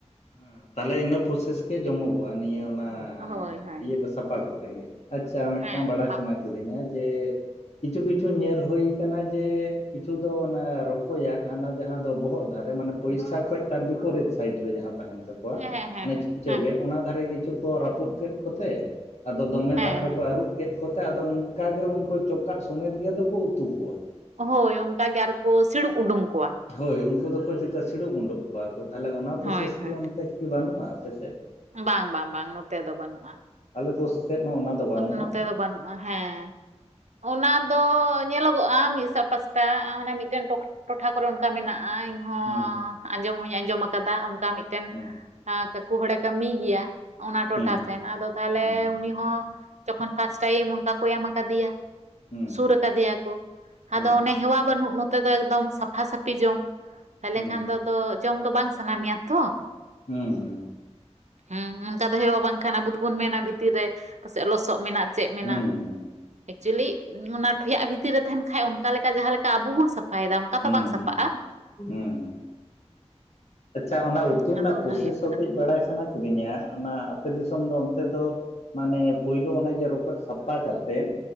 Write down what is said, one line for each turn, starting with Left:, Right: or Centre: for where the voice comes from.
Left: ᱦᱮᱸ ᱛᱟᱦᱚᱞᱮ ᱤᱱᱟᱹ ᱯᱨᱚᱥᱮᱥ ᱜᱮ ᱡᱚᱢᱚᱜᱚᱜᱼᱟ ᱱᱤᱭᱟᱹ ᱚᱱᱟ
Right: ᱦᱳᱭ ᱦᱳᱭ
Left: ᱤᱭᱟᱹ ᱠᱚ ᱥᱟᱯᱟ ᱠᱟᱛᱮᱫ ᱜᱮ, ᱟᱪᱪᱷᱟ ᱢᱤᱫᱴᱟᱝ
Right: ᱦᱮᱸ
Left: ᱵᱟᱲᱟᱭ
Right: ᱥᱟᱯᱟ
Left: ᱥᱟᱱᱟ ᱠᱤᱫᱤᱧᱟ ᱡᱮ ᱠᱤᱪᱷᱩ ᱠᱤᱪᱷᱩ ᱧᱮᱞ ᱦᱩᱭ ᱠᱟᱱᱟ ᱡᱮ ᱠᱤᱪᱷᱩ ᱫᱚ ᱚᱱᱟ ᱨᱚᱠᱚᱡᱟᱜ ᱦᱟᱱᱟ ᱡᱟᱦᱟᱸ ᱫᱚ ᱵᱚᱦᱚᱜ ᱫᱷᱟᱨᱮ ᱢᱟᱱᱮ ᱯᱚᱭᱥᱟ ᱠᱷᱚᱡ ᱛᱟᱨ ᱵᱯᱚᱨᱤᱛ ᱥᱟᱭᱤᱴ ᱨᱮ ᱡᱟᱦᱟᱸ ᱾ ᱛᱟᱦᱮᱱ ᱛᱟᱠᱚᱣᱟ
Right: ᱦᱮᱸ ᱦᱮᱸ ᱦᱮᱸ
Left: ᱢᱟᱱᱮ ᱪᱩᱪᱟᱹᱜᱮᱫ
Right: ᱦᱮᱸ
Left: ᱚᱱᱟ ᱫᱷᱟᱨᱮ ᱠᱤᱪᱷᱩ ᱠᱚ ᱨᱟᱹᱯᱩᱫ ᱠᱮᱫ ᱠᱚᱛᱮᱼᱼ ᱟᱫᱚ ᱫᱚᱢᱮ
Right: ᱦᱮᱸ
Left: ᱫᱟᱜ ᱨᱮᱠᱚ ᱟᱹᱨᱩᱵ ᱠᱮᱫ ᱠᱚᱛᱮ ᱟᱫᱚ ᱚᱱᱠᱟ ᱜᱮ ᱩᱱᱠᱩ ᱪᱚᱠᱟᱜ ᱥᱚᱢᱮᱛ ᱜᱮᱫᱚ ᱠᱚ ᱩᱛᱩ ᱠᱚᱣᱟ ᱾
Right: ᱦᱳᱭ ᱚᱱᱠᱟ ᱜᱮ ᱟᱨᱠᱚ ᱥᱤᱲᱩᱯ ᱩᱰᱩᱝ ᱠᱚᱣᱟ᱾
Left: ᱦᱳᱭ ᱩᱱᱠᱩ ᱫᱚᱠᱚ ᱪᱤᱠᱟᱹ ᱥᱤᱲᱩᱵ ᱩᱰᱩᱜ ᱠᱚᱣᱟ ᱠᱚ ᱛᱟᱞᱦᱮ ᱚᱱᱟ ᱯᱨᱚᱥᱮᱥ
Right: ᱦᱳᱭ ᱦᱳᱭ
Left: ᱠᱤ ᱚᱱᱛᱮ ᱠᱤ ᱵᱟᱹᱱᱩᱜᱼᱟ ᱟᱯᱮᱥᱮᱫ?
Right: ᱵᱟᱝ ᱵᱟᱝ ᱵᱟᱝ ᱱᱚᱛᱮ ᱫᱚ ᱵᱟᱹᱱᱩᱜᱼᱟ᱾
Left: ᱟᱞᱮ ᱠᱳ ᱥᱮᱫ ᱦᱚᱸ ᱚᱱᱟ ᱫᱚ ᱵᱟᱹᱱᱩᱜᱼᱟ᱾
Right: ᱱᱚᱛᱮ ᱫᱚ ᱵᱟᱹᱱᱩᱜᱼᱟ ᱦᱮᱸ ᱚᱱᱟ ᱫᱚ ᱧᱮᱞᱚᱜᱚᱜᱼᱟ ᱢᱤᱫᱥᱟ ᱯᱟᱥᱴᱟ ᱚᱱᱮ ᱢᱤᱫᱴᱮᱱ ᱴᱚ ᱴᱷᱟ ᱠᱚᱨᱮ ᱚᱱᱠᱟ ᱢᱮᱱᱟᱜᱼᱟ ᱾ ᱤᱧ ᱦᱚᱸ
Left: ᱦᱩᱸ
Right: ᱟᱸᱡᱚᱢ ᱦᱚᱧ ᱟᱸᱡᱚᱢ ᱟᱠᱟᱫᱟ ᱚᱱᱠᱟ ᱢᱤᱫᱴᱮᱱ
Left: ᱦᱩᱸ
Right: ᱠᱟᱠᱩ ᱦᱚᱲᱮ ᱠᱟᱹᱢᱤᱭ ᱜᱮᱭᱟ ᱾ ᱚᱱᱟ ᱴᱚᱴᱷᱟ
Left: ᱦᱩᱸ
Right: ᱥᱮᱱ ᱟᱫᱚ ᱛᱟᱦᱚᱞᱮ
Left: ᱦᱩᱸ
Right: ᱩᱱᱤ ᱦᱚᱸ ᱡᱚᱠᱷᱚᱱ ᱯᱷᱟᱥᱴ ᱴᱟᱭᱤᱢ ᱚᱱᱠᱟ ᱠᱚ ᱮᱢ ᱟᱠᱟᱫᱮᱭᱟ ᱾
Left: ᱦᱩᱸ
Right: ᱥᱩᱨ ᱠᱟᱫᱮᱭᱟ ᱠᱚ ᱟᱫᱚ
Left: ᱦᱩᱸ
Right: ᱚᱱᱮ ᱦᱮᱣᱟ ᱵᱟᱹᱱᱩᱜ ᱱᱚᱛᱮ ᱫᱚ ᱮᱠᱫᱚᱢ ᱥᱟᱯᱷᱟ ᱥᱟᱹᱯᱷᱤ ᱡᱚᱢ ᱛᱟᱦᱚᱞᱮ
Left: ᱦᱩᱸ
Right: ᱠᱷᱟᱱ ᱫᱚ ᱟᱫᱚ ᱡᱚᱢ ᱫᱚ ᱵᱟᱝ ᱥᱟᱱᱟ ᱢᱮᱭᱟ ᱛᱚ᱾
Left: ᱦᱩᱸ ᱦᱩᱸ
Right: ᱦᱩᱢ ᱚᱱᱠᱟ ᱫᱚ ᱦᱮᱣᱼᱟ ᱵᱟᱝᱠᱷᱟᱱ ᱟᱵᱚ ᱫᱚᱵᱚᱱ ᱢᱮᱱᱟ ᱵᱷᱤᱛᱤᱨ ᱨᱮ᱾ ᱯᱟᱥᱮᱡ ᱞᱚᱥᱚᱜ ᱢᱮᱱᱟᱜ ᱪᱮᱫ ᱢᱮᱱᱟᱜ,
Left: ᱦᱩᱸ ᱦᱩᱸ ᱦᱩᱸ
Right: ᱮᱠᱪᱩᱭᱮᱞᱤ ᱚᱱᱟ ᱴᱷᱚᱭᱟᱜ ᱵᱷᱤᱛᱤᱨ ᱨᱮ ᱛᱟᱦᱮᱱ ᱠᱷᱟᱡ ᱚᱱᱠᱟ ᱞᱮᱠᱟ ᱡᱟᱦᱟ ᱞᱮᱠᱟ ᱟᱵᱚ
Left: ᱦᱩᱸ
Right: ᱵᱚᱱ ᱥᱟᱯᱷᱟᱭ ᱫᱟ ᱚᱱᱠᱟ ᱛᱚ
Left: ᱦᱩᱸ
Right: ᱵᱟᱝ ᱥᱟᱯᱷᱟᱜᱼᱟ
Left: ᱦᱩᱸ ᱦᱩᱸ
Right: ᱾
Left: ᱦᱩᱸ, ᱟᱪᱪᱷᱟ ᱚᱱᱟ ᱩᱛᱩ ᱨᱮᱱᱟᱜ
Right: ᱟᱫᱚ ᱚᱱᱟ
Left: ᱯᱨᱚᱥᱮᱥ
Right: ᱦᱩᱭᱩᱜ
Left: ᱦᱚᱸ
Right: ᱠᱟᱱᱟ
Left: ᱠᱟᱹᱡ ᱵᱟᱲᱟᱭ ᱥᱟᱱᱟ ᱠᱤᱫᱤᱧᱟ ᱚᱱᱟ ᱟᱯᱮ ᱫᱤᱥᱚᱢ ᱫᱚ ᱚᱱᱛᱮ ᱫᱚ ᱢᱟᱱᱮ ᱯᱳᱭᱞᱳ ᱚᱱᱮ ᱡᱮ ᱨᱚᱠᱚᱡ ᱥᱟᱯᱟ ᱠᱟᱛᱮᱫ,